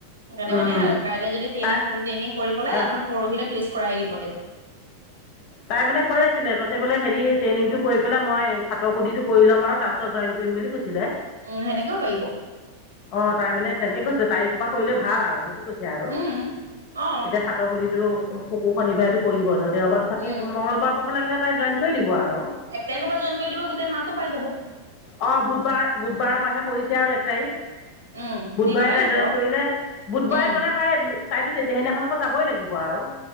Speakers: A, on the right; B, on the left.
A: সেইকাৰণে
B: উম
A: মানে কাইলে যদি ট্ৰেইনিং
B: তাই
A: ফুল ট্ৰেইনিং কৰি পেলাই
B: অঁ
A: আপোনাৰ পৰহিলে প্লেছ কৰাই দিব তেওঁক।
B: তাই মানে কৈ আছিলে, কৈছে বোলে হেৰি ট্ৰেইনিংটো কৰি পেলাই মই হাতৰ সুধিটো কৰি ল'ম আৰু তাৰ ছত জইন কৰিম বুলি কৈছিলে।
A: উম সেনেকেও পাৰিব।
B: অঁ তাই মানে তেনেকে কৈছিলে, তাৰিখ পা কৰিলে ভাল আও সেইটো <unintelligible> কৈছে আৰু
A: উম অ
B: এতিয়া সাতৰ সোধিটো শুকু শনিবাৰেটো কৰিব ধৰ দেওবাটো থাকি
A: উম
B: মঙলবাৰ পাব লাগিলে তাই জইন কৰি দিব আৰু
A: এক তাৰিখৰ পৰা জইন কৰি দিব, গোটেই মাহটো পাই যাব।
B: অঁ, বুধবাৰ বুধবাৰৰ পাহে পৰিছে আৰু এক তাৰিখ।
A: উম
B: বুধবাৰে
A: দেওবাৰে
B: তাই
A: নপৰক
B: জইন কৰিলে, বুধবাৰে
A: উম
B: গ'লে তাই তাইতো তেত সেইদিনাখনৰ পা যাবই লাগিব আও